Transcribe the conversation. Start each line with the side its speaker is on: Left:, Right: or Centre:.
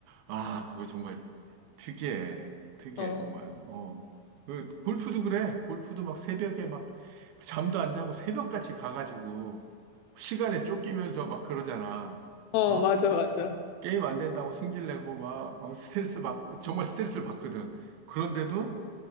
Right: 아, 그거 정말 특이해. 특이해,
Left: 어.
Right: 정말. 어. 그, 골프도 그래. 골프도 막 새벽에 막, 잠도 안 자고 새벽같이 가가지고, 시간에 쫓기면서 막 그러잖아.
Left: 어,
Right: 어?
Left: 맞아, 맞아.
Right: 게임 안 된다고 승질내고 막, 어, 스트레스 받고, 정말 스트레스를 받거든. 그런데도,